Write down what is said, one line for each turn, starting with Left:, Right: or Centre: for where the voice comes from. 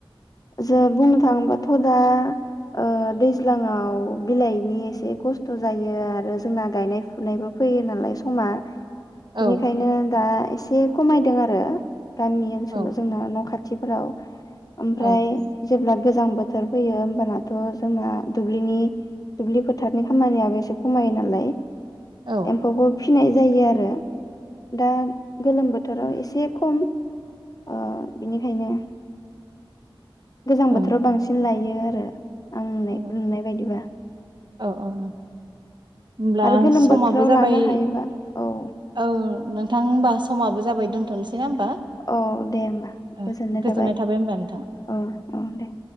Left: जों बुंनो थाङोबाथ' दा ओ दैज्लाङाव बिलाइनि एसे खस्थ' जायो आरो जोंना गायनाय फुनायबो फैयो नालाय समा
Right: औ
Left: बिनिखायनो दा एसे खमायदों आरो गामि ओनसोलाव
Right: औ
Left: जोंना न' खा खाथिफोराव ओमफ्राय
Right: औ
Left: जेब्ला गोजां बोथोर फैयो होमबानाथ' जोंना दुब्लिनि दुब्लि फोथारनि खामानियाबो एसे खमायो नालाय।
Right: औ औ
Left: एमफौखौ फिनाय जायो आरो। दा गोलोम बोथोराव एसे एसे खम ओ बिनिखायनो गोजां
Right: औ
Left: बोथोराव बांसिन लायो आरो। आंनाय
Right: औ
Left: नुनाय बायदिबा।
Right: औ औ होमब्ला
Left: आरो गोलोम
Right: समाबो
Left: बोथोराव
Right: जाबाय
Left: लानो हायोबा औ
Right: औ नोंथां होमबा समाबो जाबाय दोनथ'नोसै ना होमबा?
Left: औ दे होमबा
Right: ओ
Left: गोजोननाय थाबाय
Right: होमबा नोंथां।
Left: औ औ दे